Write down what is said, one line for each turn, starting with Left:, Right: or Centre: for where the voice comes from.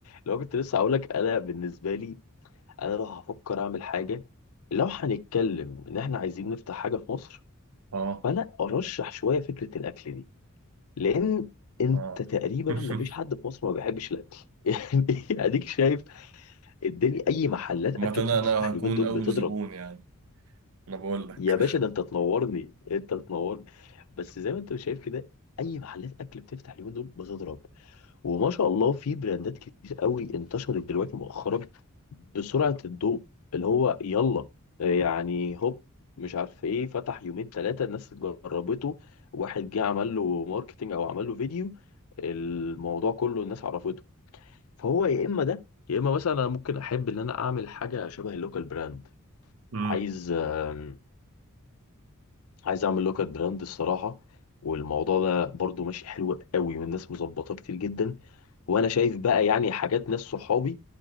Left: لو كنت لسه هقول لك انا بالنسبه لي انا لو هفكر اعمل حاجه لو هنتكلم ان احنا عايزين نفتح حاجه في مصر
Right: اه
Left: فانا ارشح شويه فكره الاكل دي لان انت
Right: اه
Left: تقريبا
Right: <laughs>
Left: ما فيش حد في مصر ما بيحبش الاكل <laughs> يعني اديك شايف الدنيا اي محلات
Right: عامة
Left: اكل
Right: انا
Left: بتفتح
Right: أنا هكون
Left: اليومين دول
Right: اول
Left: بتضرب
Right: زبون يعني انا بقول لك
Left: يا باشا ده انت تنورني انت تنورني بس زي ما انت شايف كده اي محلات اكل بتفتح اليومين دول بتضرب وما شاء الله في براندات كتير قوي انتشرت دلوقتي مؤخرا بسرعة الضوء اللي هو يلا يعني هوب مش عارف ايه فتح يومين ثلاثة الناس جربته واحد جه عمل له ماركتينج او عمل له فيديو الموضوع كله الناس عرفته فهو يا اما ده يا اما مثلا انا ممكن احب ان انا اعمل حاجة شبه اللوكال براند
Right: امم
Left: عايز آم، عايز اعمل لوكال براند الصراحة والموضوع ده برضو ماشي حلو قوي والناس مظبطاه كتير جدا وانا شايف بقى يعني حاجات ناس صحابي